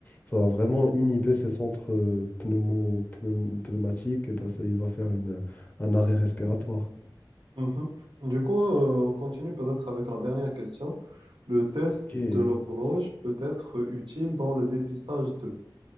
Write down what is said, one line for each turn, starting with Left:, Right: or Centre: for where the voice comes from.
Left: ça va vraiment inhiber ses centres euh, pneumo, pneum- pneumatiques, et ben, ça, il va faire une, un arrêt respiratoire.
Right: Mhm. Du coup, euh, on continue peut-être avec la dernière question. Le test
Left: Ok.
Right: de l'horloge peut être utile dans le dépistage de